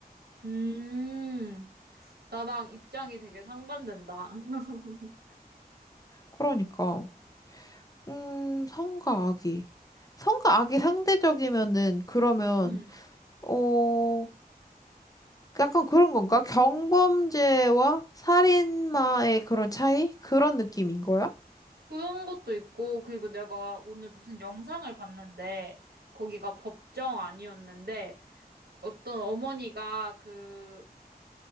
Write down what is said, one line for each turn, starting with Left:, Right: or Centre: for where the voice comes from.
Right: 음. 나랑 입장이 되게 상반된다. <laughs>
Left: 그러니까, 음, 선과 악이. 선과 악이 상대적이면은 그러면,
Right: 음.
Left: 어, 약간 그런 건가? 경범죄와 살인마의 그런 차이? 그런 느낌인 거야?
Right: 그런 것도 있고, 그리고 내가 오늘 무슨 영상을 봤는데, 거기가 법정 아니었는데, 어떤 어머니가 그